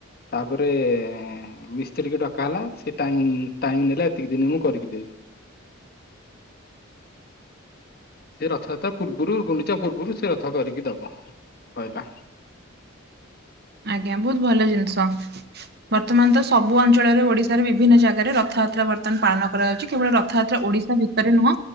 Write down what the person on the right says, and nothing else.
ଆଜ୍ଞା ବହୁତ ଭଲ ଜିନିଷ। ବର୍ତ୍ତମାନ ତ ସବୁ ଅଞ୍ଚଳରେ ଓଡ଼ିଶାରେ ବିଭିନ୍ନ ଜାଗାରେ ରଥଯାତ୍ରା ବର୍ତ୍ତମାନ ପାଳନ କରାଯାଉଚି। କେବଳ ରଥଯାତ୍ରା ଓଡ଼ିଶା ଭିତରେ ନୁହଁ